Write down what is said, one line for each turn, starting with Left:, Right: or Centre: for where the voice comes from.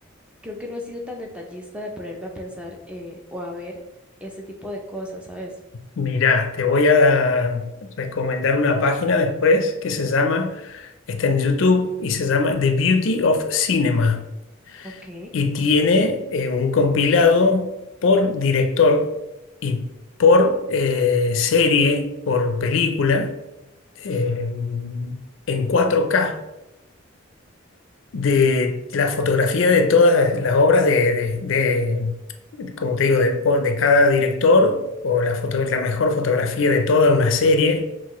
Centre: creo que no he sido tan detallista de ponerme a pensar eh, o a ver ese tipo de cosas, ¿sabes?
Left: Mirá, te voy a recomendar una página después que se llama, está en YouTube y se llama The Beauty of Cinema
Centre: Ok.
Left: y tiene eh, un compilado por director y por eh, serie, por película, eh, en 4K de la fotografía de todas las obras de, de- de, como te digo, de, po- de cada director o la foto, la mejor fotografía de toda una serie